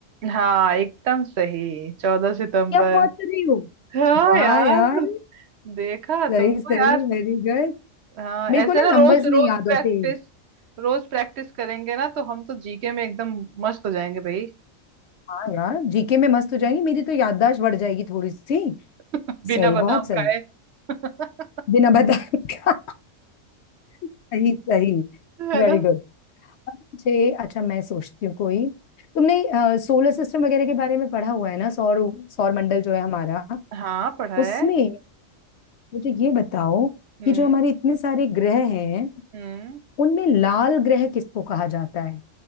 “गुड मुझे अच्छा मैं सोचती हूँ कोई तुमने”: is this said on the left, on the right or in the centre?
Left